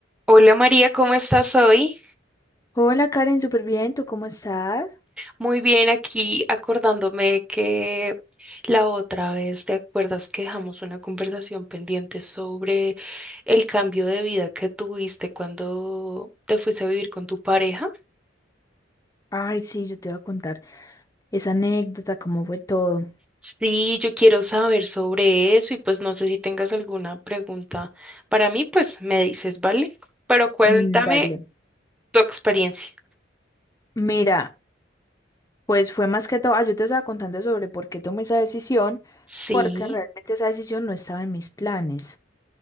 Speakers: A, in the centre; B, on the left (about 20°).
A: Hola María, ¿cómo estás hoy?
B: Hola Karen, súper bien, ¿tú cómo estás?
A: Muy bien, aquí acordándome que la otra vez, ¿te acuerdas que dejamos una conversación pendiente sobre el cambio de vida que tuviste cuando te fuiste a vivir con tu pareja?
B: Ay, sí, yo te voy a contar esa anécdota, cómo fue todo.
A: Sí, yo quiero saber sobre eso y pues no sé si tengas alguna pregunta para mí, pues me dices, ¿vale? Pero cuéntame
B: Mm, Dale.
A: tu experiencia.
B: Mira, pues fue más que todo, ah, yo te estaba contando sobre por qué tomé esa decisión,
A: Sí,
B: porque realmente esa decisión no estaba en mis planes.